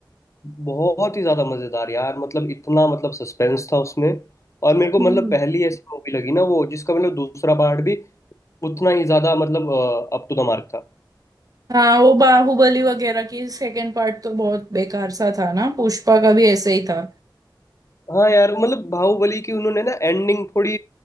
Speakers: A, on the left; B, on the right.
A: बहुत ही ज्यादा मजेदार यार मतलब इतना मतलब सस्पेंस था उसमें और मेरे को
B: हम्म
A: मतलब पहली ऐसी मूवी लगी ना वो जिसका मतलब दूसरा पार्ट भी उतना ही ज्यादा मतलब अप टू द मार्क था
B: हाँ वो बाहुबली वगैरह की सेकंड पार्ट तो बहुत बेकार सा था ना पुष्पा का भी ऐसे ही था
A: हाँ यार मतलब बाहुबली की उन्होंने ना एंडिंग थोड़ी